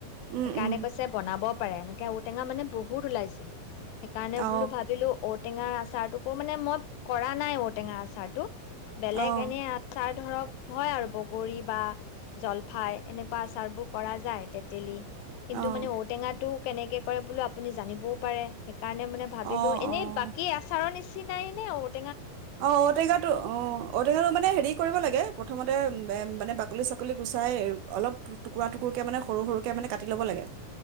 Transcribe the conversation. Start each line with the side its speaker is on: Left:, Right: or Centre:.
Right: উম
Left: সেইকাৰণে
Right: উম
Left: কৈছে বনাব পাৰে, এনেকে ঔটেঙা মানে বহুত ওলাইছিল। সেইকাৰণে
Right: অঁ
Left: বোলো ভাবিলো ঔ ঔ-টেঙাৰ আচাৰটোকো, মানে মই কৰা নাই ঔ-টেঙাৰ আচাৰটো বেলেগ
Right: অঁ
Left: এনেই আচাৰ ধৰক হয় আৰু বগৰী বা জলফাই এনেকুৱা আচাৰ বোৰ কৰা যায়। তেঁতেলী, কিন্তু
Right: অঁ
Left: মানে ঔ টেঙাত টো, কেনেকে কৰে, বোলো আপুনি জানিবয়ো পাৰে <unintelligible> কাৰণে মানে ভাবিলোঁ,
Right: অঁ
Left: এনেই
Right: অঁ
Left: বাকী আচাৰৰ নিচি <unintelligible>
Right: অ', ঔ টেঙাটো, অ', ঔ টেঙাটো মানে হেৰি কৰিব লাগে প্ৰথমতে এ, মানে বাকলি, চাকলি গুচাই অলপ টুকুৰা, টুকুৰকে মানে সৰু, সৰুকে মানে কাটি ল'ব লাগে।